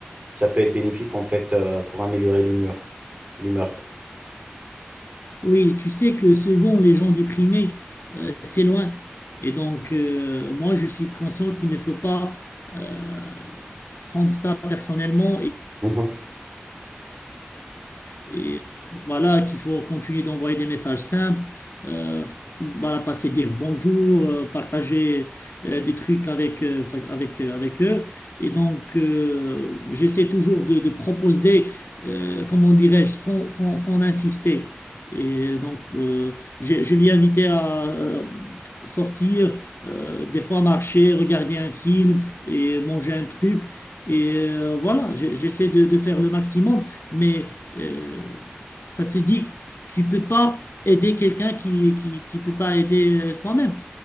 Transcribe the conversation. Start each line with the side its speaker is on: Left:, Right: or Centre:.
Right: ça peut être bénéfique en fait euh, pour améliorer l'humeur. l'humeur.
Left: Oui, tu sais que souvent les gens déprimés, euh, c'est loin. Et donc, euh, moi, je suis conscient qu'il ne faut pas euh, prendre ça personnellement et,
Right: Mhm.
Left: et euh, voilà qu'il faut continuer d'envoyer des messages simples, euh, voilà, passer dire bonjour, euh, partager euh, des trucs avec, euh, enfin, avec, euh, avec eux. Et donc, euh, j'essaie toujours de, de proposer, euh, comment dirais-je, sans, sans, sans insister. Et donc, euh, je, je l'ai invité à euh, sortir, euh, des fois marcher, regarder un film et manger un truc. Et euh, voilà, j'ai- j'essaie de, de faire le maximum, mais... Euh, ça se dit, tu peux pas aider quelqu'un qui, qui, qui peut pas aider euh, soi-même.